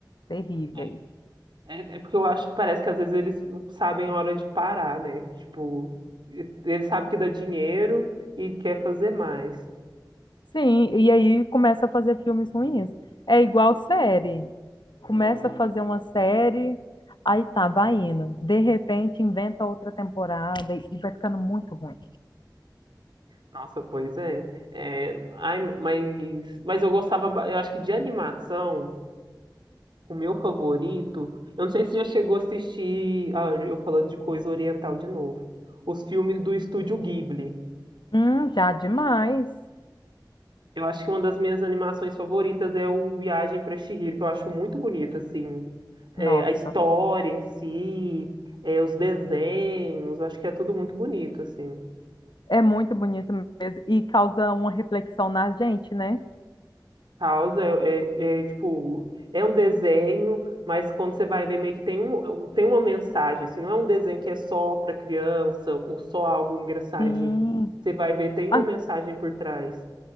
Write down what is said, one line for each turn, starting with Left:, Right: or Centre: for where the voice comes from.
Left: Terríveis.
Right: É, é é porque eu acho que parece que às vezes eles não sabem a hora de parar, né? Tipo, e- eles sabem que dá dinheiro e quer fazer mais.
Left: Sim, e aí começa a fazer filmes ruins. É igual série. Começa a fazer uma série, aí tá, vai indo. De repente inventa outra temporada e vai ficando muito ruim.
Right: Nossa, pois é. É, ai, mas, mas eu gostava, ba- eu acho que de animação. O meu favorito, eu não sei se já chegou a assistir, ah, eu falando de coisa oriental de novo, os filmes do Estúdio Ghibli.
Left: Hum, já demais.
Right: Eu acho que uma das minhas animações favoritas é o Viagem para Chihiro, que eu acho muito bonito, assim, é,
Left: Nossa,
Right: a história em si, é, os desenhos, eu acho que é tudo muito bonito, assim.
Left: é muito bonito mesmo. E causa uma reflexão na gente, né?
Right: causa é, é- é, tipo, é um desenho, mas quando você vai ver, meio que tem um, é um- tem uma mensagem. se não é um desenho que é só para criança ou só algo engraçadinho.
Left: Sim.
Right: Você vai ver, tem uma
Left: Ah,
Right: mensagem por trás.